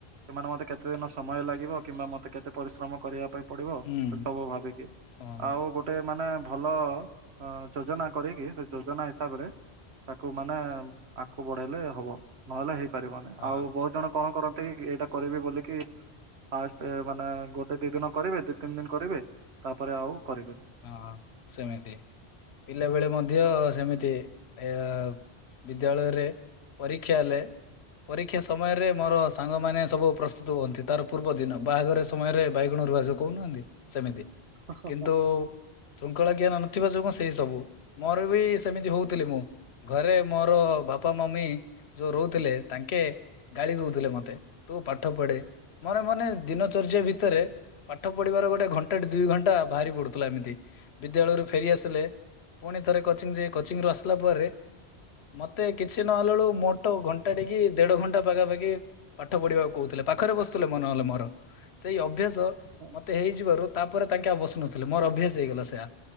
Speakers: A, on the right (about 75°); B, on the left (about 75°).
A: ସେମାନେ ମୋତେ କେତେଦିନ ସମୟ ଲାଗିବ କିମ୍ବା ମୋତେ କେତେ ପରିଶ୍ରମ କରିବା ପାଇଁ ପଡିବ
B: ହୁଁ
A: ସେ ସବୁ ଭାବିକି
B: ହଁ
A: ଆଉ ଗୋ ଟେ ମାନେ ଭଲ ଅ ଯୋଜନା କରିକି ସେ ଯୋଜନା ହିସାବରେ ତାକୁ ମାନେ ଆଗକୁ ବଢେଇଲେ ହବ। ନହେଲେ ହେଇପାରିବନି
B: ହଁ
A: ଆଉ ବହୁତ ଜଣ କଣ କରନ୍ତି କି ଏଇଟା କରିବି ବୋଲିକି ଫାଷ୍ଟ ମାନେ ଗୋଟେ ଦି ଦିନ କରିବେ ଦି ତିନି ଦିନ କରିବେ ପରେ ଆଉ କରିବେ ନା।
B: ହଁ ହଁ ସେମିତି ପିଲାବେଳେ ମଧ୍ୟ ସେମିତି ଏ ବିଦ୍ୟାଳୟରେ ପରୀକ୍ଷା ହେଲେ ପରୀକ୍ଷା ସମୟରେ ମୋର ସାଙ୍ଗମାନେ ସବୁ ପ୍ରସ୍ତୁତ ହୁଅନ୍ତି ତାର ପୂର୍ବ ଦିନ ବାହାଘର ସମୟରେ ବାଇଗଣ ରୁଆ ଯୋଉ କହୁନାହାନ୍ତି ସେମିତି।
A: ହ, ହ,
B: କିନ୍ତୁ
A: ହ।
B: ଶୃଙ୍ଖଳା ଜ୍ଞାନ ନଥିବା ଯୋଗୁଁ ସେଇ ସବୁ ମୋର ବି ସେମିତି ହଉଥିଲି ମୁଁ। ଘରେ ମୋର ବାପା ମମି ଯୋଉ ରହୁଥିଲେ ତାଙ୍କେ ଗାଳି ଯଉଥିଲେ ମତେ ତୁ ପାଠ ପଢେ। ମୋର ମାନେ ଦିନ ଚର୍ଯ୍ୟା ଭିତରେ ପାଠ ପଢିବାର ଗୋଟେ ଘଣ୍ଟା ଦିଇ ଘଣ୍ଟା ବାହାରି ପଡୁ ଥିଲା ଏମିତି ବିଦ୍ୟାଳୟରୁ ଫେରିଆସିଲେ ପୁଣି ଥରେ କୋଚିଂ ଯିବି କୋଚିଂ ରୁ ଆସିଲା ପରେ ମତେ କିଛି ନହେଲା ବେଳକୁ ମୋଟ ଘଣ୍ଟା ଟେକି ଦେଢ ଘଣ୍ଟା ପାଖାପାଖି ପାଠ ପଢିବାକୁ କହୁଥିଲେ ପାଖରେ ବସୁଥିଲେ ମ ନେହେଲେ ମୋର। ସେଇ ଅଭ୍ୟାସ
A: ହଁ
B: ମତେ ହେଇଯିବାରୁ ତାପରେ ତାଙ୍କେ ଆଉ ବସୁନଥିଲେ ମୋର ଅଭ୍ୟାସ ହେଇଗଲା ସେୟା।